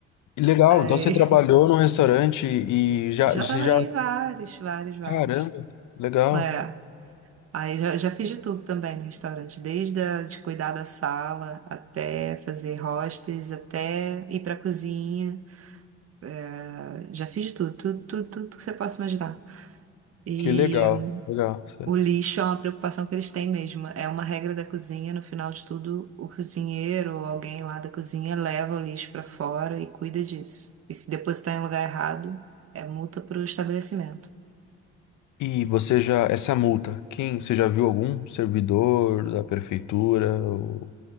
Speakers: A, on the left (about 80°); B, on the right (about 50°).
A: Que Legal,
B: Aí
A: então você trabalhou num restaurante e
B: <laughs>
A: já,
B: já
A: você
B: trabalhei
A: já
B: em vários, vários, vários.
A: Caramba, legal.
B: É, aí já, já fiz de tudo também no restaurante, desde a, de cuidar da sala até fazer hostes, até ir pra cozinha. Ah, Já fiz de tudo, tudo, tudo, tudo que você possa imaginar. E
A: Que legal, legal. certo.
B: O lixo é uma preocupação que eles têm mesmo. É uma regra da cozinha, no final de tudo, o cozinheiro ou alguém lá da cozinha leva o lixo para fora e cuida disso. E se depositar em lugar errado, é multa para o estabelecimento.
A: E você já, essa multa, quem, você já viu algum servidor da prefeitura ou